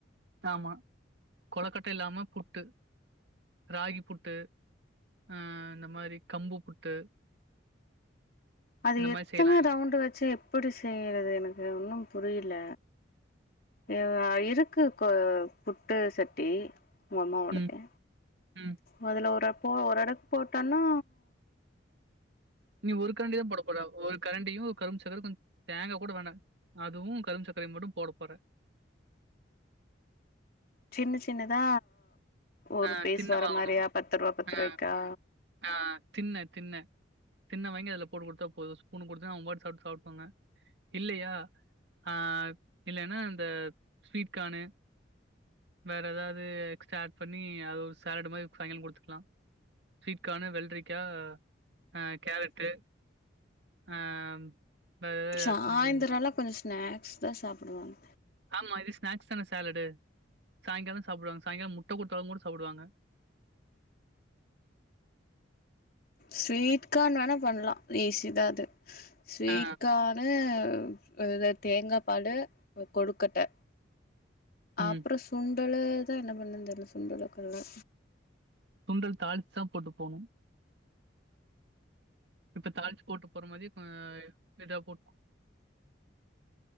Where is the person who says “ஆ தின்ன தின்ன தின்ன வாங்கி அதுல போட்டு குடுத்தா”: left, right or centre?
Right